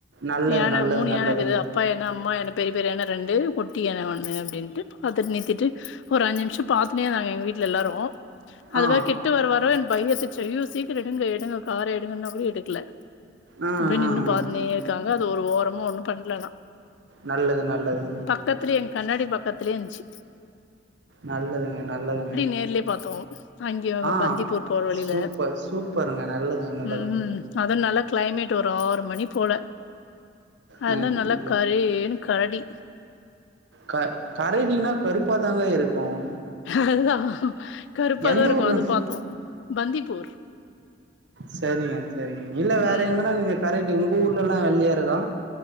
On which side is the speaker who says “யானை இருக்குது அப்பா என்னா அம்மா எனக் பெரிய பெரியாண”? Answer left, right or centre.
Left